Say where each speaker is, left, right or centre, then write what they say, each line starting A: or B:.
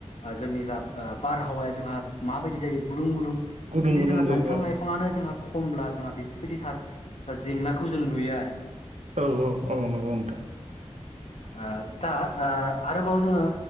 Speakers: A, on the left (about 80°); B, on the right (about 80°).
A: जोंनि जा ओ बारहावाया जोंहा माबायदि जायो गुदुं गुदुं दिनै
B: गुदुं गुदुं
A: जोंहा
B: जायो
A: दंफां लाइफाङानो जोंहा खमब्ला जोंहा बेफोरबायदि जेंनाखौ जों नुयो आरो
B: औ औ औ नंगौ नोंथां
A: ओ दा ओ आरो बाव जोङो